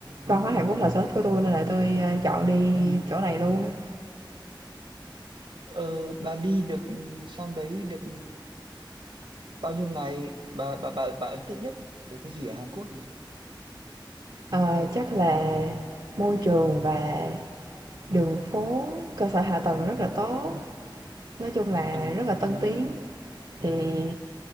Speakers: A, on the right (about 55°); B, on the right (about 75°).
A: văn hóa Hàn Quốc là sở thích của tôi nên là tôi, ơ, chọn đi
B: ừ.
A: chỗ này luôn.
B: ờ, bà đi được sang đấy được bao nhiêu ngày bà bà bà bà ấn tượng nhất ở cái cái gì ở Hàn Quốc nhỉ
A: Ờ, chắc là môi trường và đường phố, cơ sở hạ tầng rất là tốt. Nói chung là
B: ừ
A: rất là tân tiến, thì